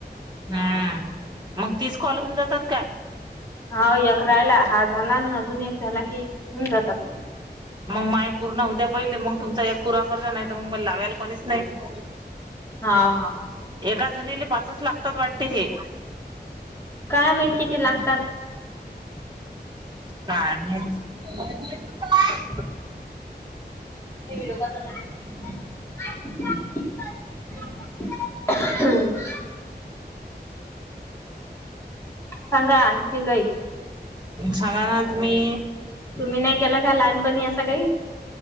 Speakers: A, on the right; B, on the left.
A: हम्म मग तीस कॉल होऊन जातात का?
B: हाव एक रायला हा झाला अजून एक झाला की होऊन जातात मग.
A: मग माय पूर्ण होद्या पहिले मग तुमचा एक पुूरा करता जा नाही तर मग मला लावायला कोणीच नाही.
B: हा हा.
A: एका जणीले पाचच लागतात वाटत हे.
B: काय? माहित किती? लाग
A: नाही. <unintelligible>
B: आतु आली. <unintelligible> हम् <inaudible> सांगा आणखी काही.
A: सांगा ना तुम्ही
B: तुम्ही नाही केला का लहानपणी असं काही?